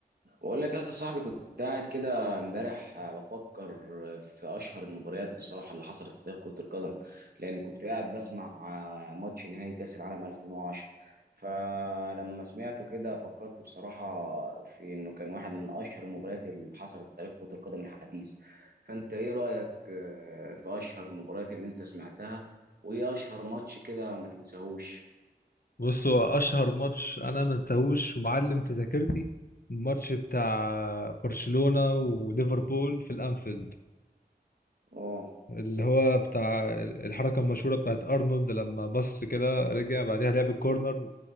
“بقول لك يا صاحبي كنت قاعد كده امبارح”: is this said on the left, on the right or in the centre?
Right